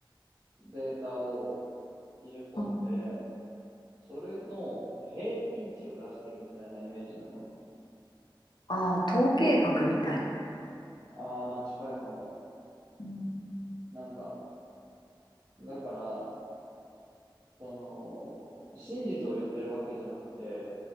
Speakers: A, on the right; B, on the left.
A: データを入れ込んで、
B: うん。
A: それの平均値を出してるみたいなイメージなのね。
B: ああ、統計学みたいな。
A: ああ、まあ近いかも。
B: うん。
A: なんか、だから、その、真実を言ってるわけじゃなくて、